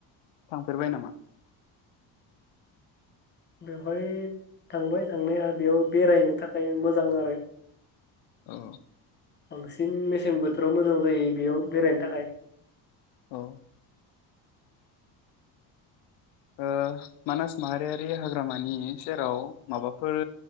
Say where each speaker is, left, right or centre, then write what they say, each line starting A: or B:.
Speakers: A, on the left; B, on the left.
A: थांफेरबाय नामा?
B: बेवहाय थांबाय थांनाया बेयाव बेरायनो थाखाय मोजां आरो
A: अ
B: बांसिन मेसें बोथोराव मोजां जायो बेयाव बेरायनो थाखाय
A: औ ओ मानास माहारियारि हाग्रामानि सेराव माबाफोर